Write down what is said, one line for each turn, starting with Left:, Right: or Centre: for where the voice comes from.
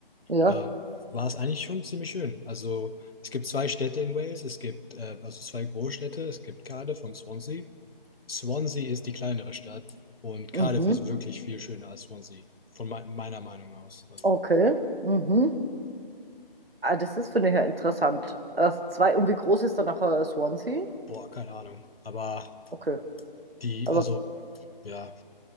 Right: Ja.
Left: äh, war es eigentlich schon ziemlich schön. Also es gibt zwei Städte in Wales, es gibt äh, also zwei Großstädte, es gibt Cardiff und Swansea. Swansea ist die kleinere Stadt und Cardiff
Right: Mhm.
Left: ist wirklich viel schöner als Swansea, von mei- meiner Meinung aus. Also,
Right: Okay. Mhm. Ah, das ist, finde ich, ja interessant. Also zwei, und wie groß ist dann nachher Swansea?
Left: Boah, keine Ahnung. Aber
Right: Okay.
Left: die,
Right: Aber
Left: also, ja,